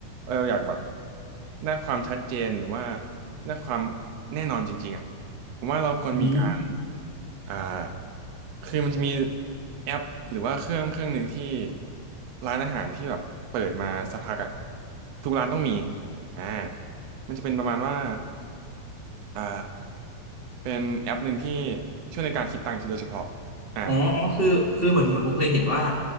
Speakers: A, on the right (about 70°); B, on the right (about 30°).
A: เราอยากแบบได้ความชัดเจนหรือว่าได้ความแน่นอนจริงๆอ่ะผมว่าเราควรมีการ
B: อืม
A: อ่าคือมันจะมีแอปหรือว่าเครื่องเครื่องหนึ่งที่ร้านอาหารที่แบบเปิดมาสักพักอ่ะทุกร้านต้องมีอ่ามันจะเป็นประมาณว่าอ่า เป็นแอปหนึ่งที่ช่วยในการคิดตังค์โดยเฉพาะอ่า
B: อ๋ออ๋อ คือ คือเหมือนเหมือนผมเคยเห็นว่า